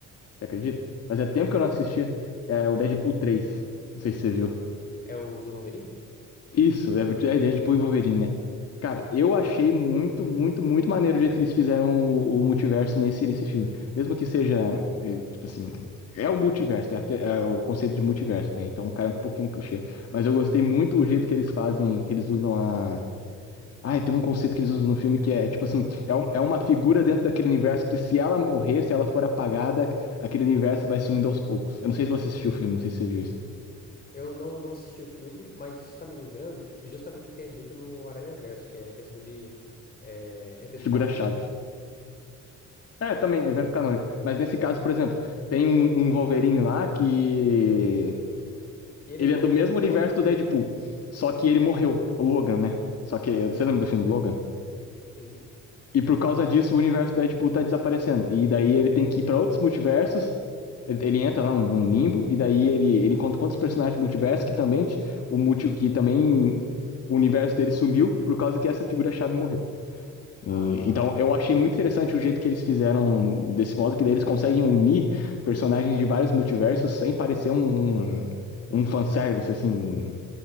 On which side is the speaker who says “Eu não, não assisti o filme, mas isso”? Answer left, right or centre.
Left